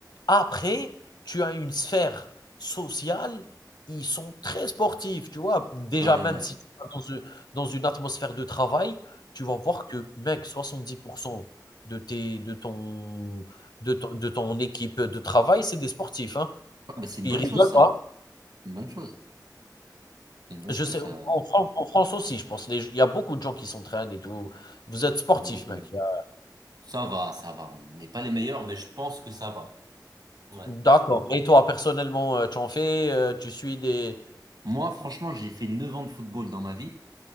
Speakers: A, on the left; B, on the right.
A: après, tu as une sphère sociale, ils sont très sportifs, tu vois? Déjà,
B: Ouais.
A: même si
B: Ouais,
A: tu vas dans u dans une atmosphère de travail, tu vas voir que, mec, soixante-dix pour cent de tes de ton de ton de ton équipe de travail, c'est des sportifs, hein.
B: bah, c'est une
A: Ils
B: bonne
A: rigolent
B: chose, ça.
A: pas.
B: Une bonne chose. C'est Une bonne
A: Je
B: chose,
A: sais,
B: ça.
A: en France en France aussi, je pense, les il y a beaucoup de gens qui s'entraînent et tout. Vous êtes sportifs,
B: Euh,
A: mec, il y a
B: Ça va, ça va. On n'est pas les meilleurs, mais je pense que ça va. Ouais.
A: D'accord. Et toi, personnellement, heu, tu en fais, heu, tu suis des
B: Moi, franchement, j'ai fait 9 ans de football dans ma vie.